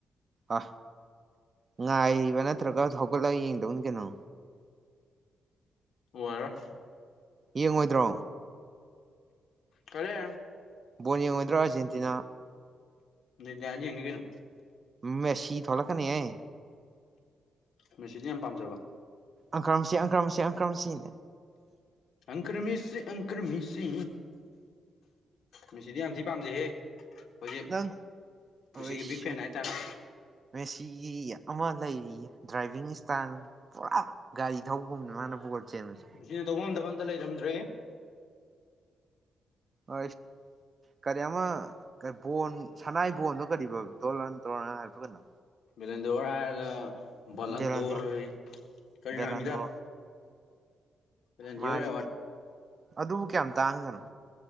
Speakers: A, on the right; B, on the left.
A: ꯑ ꯉꯥꯏꯔꯤꯕ ꯅꯠꯇ꯭ꯔꯒ ꯍꯧꯒꯠꯂꯒ ꯌꯦꯡꯗꯧꯅ ꯀꯩꯅꯣ
B: ꯎꯝ ꯑꯣꯔꯣ
A: ꯌꯦꯡꯉꯣꯏꯗ꯭ꯔꯣ
B: ꯀꯔꯦ
A: ꯕꯣꯜ ꯌꯦꯡꯉꯣꯏꯗ꯭ꯔꯣ ꯑꯥꯔꯖꯦꯟꯇꯤꯅꯥ
B: ꯖꯥꯤ ꯌꯦꯉ ꯀꯩꯅ
A: ꯃꯁꯤ ꯊꯣꯛꯂꯛ ꯀꯅꯦꯌꯥꯌꯦ
B: ꯃꯦꯁꯤꯗꯤ ꯌꯥꯝ ꯄꯥꯝꯖꯕ
A: ꯑꯪꯀ꯭ꯔꯥꯝꯁꯤ ꯑꯪꯀ꯭ꯔꯥꯝꯁꯤ ꯑꯪꯀ꯭ꯔꯥꯝꯁꯤꯅꯦ
B: ꯑꯪꯀ꯭ꯔꯃꯤꯁꯤ ꯑꯪꯀ꯭ꯔꯃꯤꯁꯤ ꯃꯤꯁꯤꯗꯤ ꯌꯥꯝ ꯊꯤ ꯄꯥꯝꯖꯩꯍꯦ ꯑꯩꯈꯣꯏꯖꯤꯛ
A: ꯅꯪ
B: ꯃꯁꯤꯒꯤ
A: ꯑꯣꯏꯁ
B: ꯕꯤꯛ ꯐꯦꯟ ꯍꯥꯏꯇꯥꯔꯦ
A: ꯃꯦꯁꯤꯒꯤ ꯑꯃ ꯂꯩꯔꯤꯌꯦ ꯗ꯭ꯔꯥꯏꯚꯤꯡ ꯏꯁꯇꯥꯏꯜ ꯄꯨꯔꯥ ꯒꯥꯔꯤ ꯊꯧꯕꯒꯨꯝꯕꯅꯤ ꯃꯥꯅꯕꯨ ꯣ ꯆꯩ
B: ꯃꯁꯤꯅ ꯇꯧꯐꯝꯝꯗꯕ ꯑꯝꯇ ꯂꯩꯔꯝꯗ꯭ꯔꯦ
A: ꯑ ꯀꯔꯤ ꯑꯃ ꯕꯣꯟ ꯁꯅꯥꯏ ꯕꯣꯟꯗꯣ ꯀꯔꯤꯕ ꯗꯣꯜꯂ ꯇꯧ ꯍꯥꯏꯕ꯭ꯔꯒꯅꯣ
B: ꯕꯂꯟꯗꯔꯒ ꯂꯟꯗꯧꯔꯦ
A: ꯕꯦꯂꯟꯗꯣꯔ
B: ꯀꯔꯤꯅ
A: ꯕꯦꯂꯟꯗꯣꯔ
B: ꯍꯥꯃꯤꯗ ꯔ
A: ꯃꯥꯒꯤꯅꯤ
B: ꯋꯥ
A: ꯑꯗꯨꯕꯨ ꯀꯌꯥꯝ ꯇꯥꯡꯗꯅꯣ